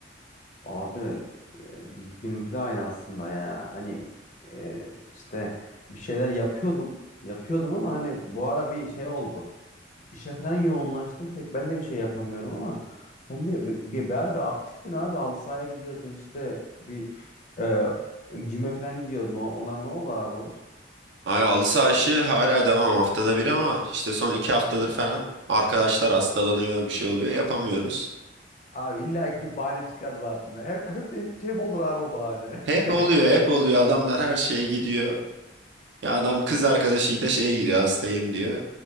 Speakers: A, on the left; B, on the right.
A: Abi, e, biz, benimki de aynı aslında ya. Hani e, işte bir şeyler yapıyordum. Yapıyordum ama hani bu ara bir şey oldu. İşe falan yoğunlaştım. Pek ben de bir şey yapamıyorum ama sen bir, bir, bir, ara bir aktiftin abi. Halı sahaya gidiyordun işte bir e, gym'e falan gidiyordun. O- onlar ne oldu abi o iş?
B: Ay halı saha işi hala devam haftada bir ama işte son iki haftadır falan arkadaşlar hastalanıyor bir şey oluyor yapamıyoruz.
A: Abi illa ki bahane çıkar zaten. Hep hep hep, hep olur abi o bahane.
B: Hep
A: <laughs>
B: oluyor hep oluyor adamlar her şeye gidiyor. Ya adam kız arkadaşıyla şeye gidiyor hastayım diyor.